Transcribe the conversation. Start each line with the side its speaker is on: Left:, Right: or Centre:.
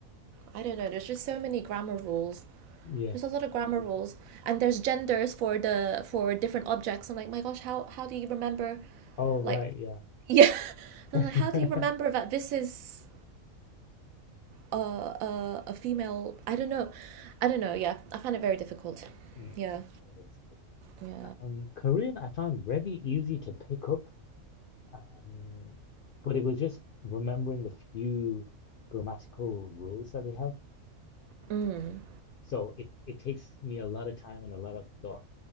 Right: I don't know. There's just so many grammar rules.
Left: Yeah.
Right: There's a lot of grammar rules, and there's genders for the for different objects. I'm like, my gosh, how how do you remember?
Left: Oh, right.
Right: Like,
Left: Yeah.
Right: yeah, <laughs> I'm
Left: <laughs>
Right: like, how do you remember that this is a a, a female? I don't know, I don't know. Yeah, I find it very difficult.
Left: Mm,
Right: Yeah,
Left: it is. It is.
Right: yeah.
Left: Um, Korean I found very easy to pick up, um, but it was just remembering the few grammatical rules that they have.
Right: Mm,
Left: So it, it takes me a lot of time and a lot of thought